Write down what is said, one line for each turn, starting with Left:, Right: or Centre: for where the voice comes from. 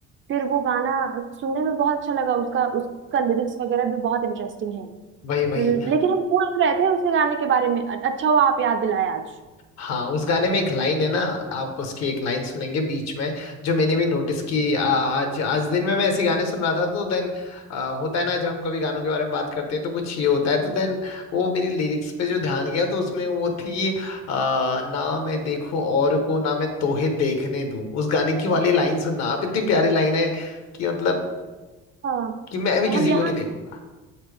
Right: फिर वो गाना सुनने में बहुत अच्छा लगा उसका उसका लिरिक्स वगैरह भी बहुत इंटरेस्टिंग है
Left: वही वही
Right: लेकिन हम भूल रहे थे उसके गाने के बारे में अच्छा हुआ आप याद दिलाए आज
Left: हाँ उस गाने में एक लाइन है ना आप उसकी एक लाइन सुनेंगे बीच में जो मैंने भी नोटिस की आ, आज आज दिन में मैं ऐसी गाने सुन रहा था तो देन होता है ना जब हम कभी गानों के बारे में बात करते हैं तो कुछ ये होता है तो देन वो मेरी लिरिक्स पे जो ध्यान गया तो उसमें वो थी आ, ना मैं देखो और को ना मैं तोहे देखने दूं उस गाने की वाली लाइन सुनना आप इतनी प्यारी लाइन है कि मतलब
Right: हाँ
Left: कि मैं भी
Right: हम
Left: किसी
Right: यहाँ
Left: को नहीं देखूंगा